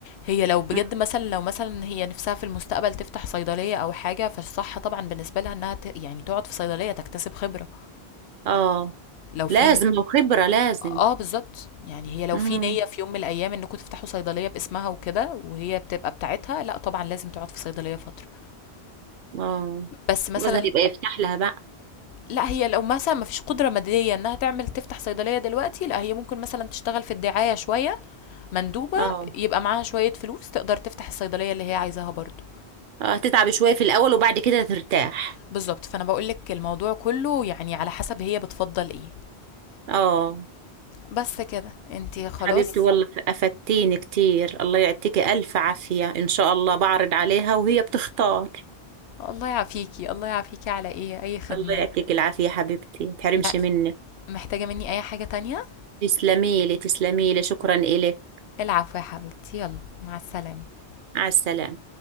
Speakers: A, on the left; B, on the right.
A: هي لو بجد
B: مم.
A: مثلًا لو مثلًا هي نِفْسها في المستقبل تفتح صيدلية أو حاجة، فالصح طبعًا بالنسبة لها إنها ت يعني تقعد في صيدلية تكتسب خبرة،
B: اه
A: لو في
B: لازم
A: ن
B: وخبرة لازم
A: آه بالضبط، يعني هي لو
B: مم.
A: في نيّة في يوم من الأيام إنكم تفتحوا صيدلية باسمها وكده، وهي بتبقى بتاعتها، لأ طبعًا لازم تقعد في صيدلية فترة،
B: اه
A: بس مثلًا
B: جوزها يبقى يفتح لها بقى
A: لا هي لو مثلا ما فيش قدرة مادية انها تعمل تفتح صيدلية دلوقتي لا هي ممكن مثلا تشتغل في الدعاية شوية مندوبة
B: اه
A: يبقى معاها شوية فلوس تقدر تفتح الصيدلية اللي هي عايزاها برضو
B: اه هتتعبي شوية في الأول وبعد كده ترتاح
A: بالظبط فانا بقولك الموضوع كله يعني على حسب هي بتفضل ايه
B: اه
A: بس كده انتي خلاص
B: حبيبتي والله أفدتيني كتير الله يعطيكي ألف عافية إن شاء الله بعرض عليها وهي بتختار
A: الله يعافيكي الله يعافيكي على ايه اي خدمة
B: الله يعطيكي العافية حبيبتي متحرمش
A: ما
B: منك
A: محتاجة مني اي حاجة تانية
B: تسلميلي تسلميلي شكرا إلك
A: العفو يا حبيبتي يلا مع السلامة
B: على السلامة